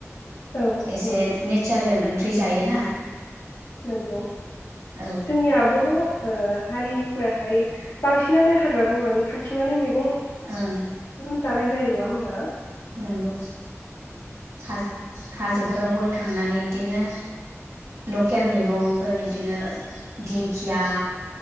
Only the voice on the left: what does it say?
औ
नंगौ
नोंगौ
जोंनिया बर' ओ हारिफोराहाय बांसिनानो हाग्रा बंग्रानि खा थिंनानै मैगं
जानाय जायो नङा होमबा